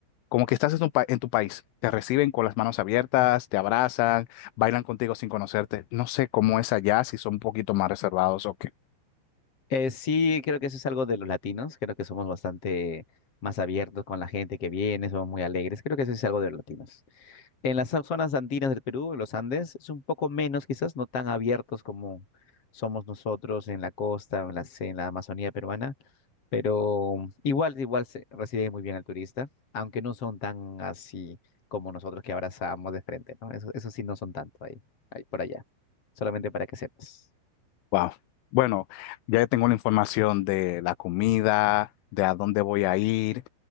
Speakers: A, on the left; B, on the left.
A: como que estás en tu, pa- en tu país, te reciben con las manos abiertas, te abrazan, bailan contigo sin conocerte. No sé cómo es allá, si son un poquito más reservados o qué.
B: Eh, sí, creo que eso es algo de los latinos, creo que somos bastante más abiertos con la gente que viene, somos muy alegres, creo que eso es algo de los latinos. En las zo- zonas andinas del Perú, en los Andes, es un poco menos quizás, no tan abiertos como somos nosotros en la costa, en la, en la Amazonía peruana, pero igual, igual se recibe muy bien al turista, aunque no son tan así como nosotros que abrazamos de frente, ¿no? Eso, eso sí no son tanto ahí, ahí por allá, solamente para que sepas.
A: Wow. Bueno, ya tengo la información de la comida, de a dónde voy a ir.